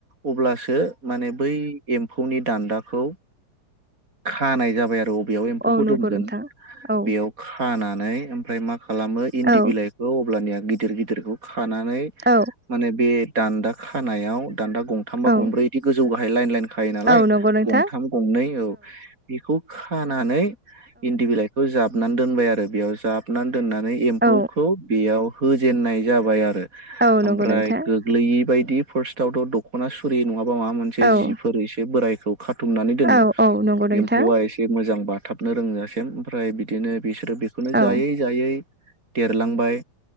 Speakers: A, on the right; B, in the centre.
A: अब्लासो माने बै एम- <unintelligible> दान्दाखौ खानाय जाबाय आरो। औ, बेयाव एम्फौखौ
B: नंगौ
A: दोनगोन
B: नोंथां औ
A: बेयाव खाना नै ओमफ्राय मा खालामो, इन्दि
B: औ
A: बिलाइखौ अब्लानिया गिदिर -गिदिरखौ खानानै
B: औ
A: माने बे दान्दा खानायाव, दान्दा गंथाम बा
B: औ
A: गंब्रै इदि गोजौ बाहाय लाइन- लाइन खायो नालाय,
B: औ नंगौ नोंथां
A: गंथाम गंनै औ बेखौ खानानै इन्दि बिलाइखौ जाबनानै दोनबाय आरो। बेयाव जाबनानै दोननानै एम्फौखौ
B: औ
A: बेयाव होजेननाय जाबाय आरो।
B: औ
A: ओमफ्राय
B: नंगौ नोंथां।
A: गोग्लैयि बायदि फार्स्टआवथ' दख'ना सुरि नङाबा माबा मोनसे
B: औ
A: जिफोर एसे बोराय खाथुमनानै दोनो
B: औ औ नंगौ नोंथां
A: एम्फौआ एसे मोजां बाथाबनो रोंजासिम ओमफ्राय बिदिनो बिसोरो बेखौनो
B: औ
A: जायै -जायै देरलांबाय।